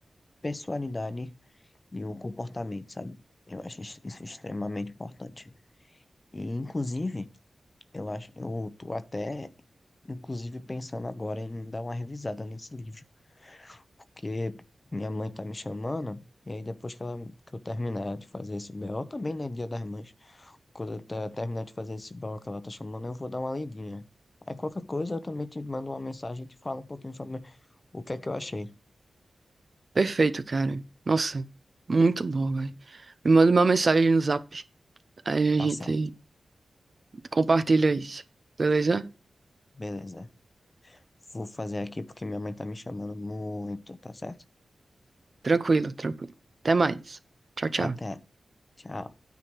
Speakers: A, on the left (about 30°); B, on the right (about 40°).
A: personalidade e o comportamento, sabe? Eu acho isso isso extremamente importante. E, inclusive, eu acho, eu tô até, inclusive, pensando agora em dar uma revisada nesse livro, porque minha mãe tá me chamando, e aí depois que, ela, que eu terminar de fazer esse BO, também, né, Dia das Mães, quando eu te- terminar de fazer esse BO que ela tá chamando, eu vou dar uma lidinha. Aí qualquer coisa eu também te mando uma mensagem e te falo um pouquinho sobre o que é que eu achei.
B: Perfeito, cara. Nossa, muito bom, velho. Me manda uma mensagem no Zap, aí
A: Tá
B: a gente
A: certo,
B: compartilha isso, beleza?
A: beleza. Vou fazer aqui porque minha mãe tá me chamando muito, tá certo?
B: Tranquilo, tranquilo. Até mais. Tchau, tchau.
A: Até. Tchau.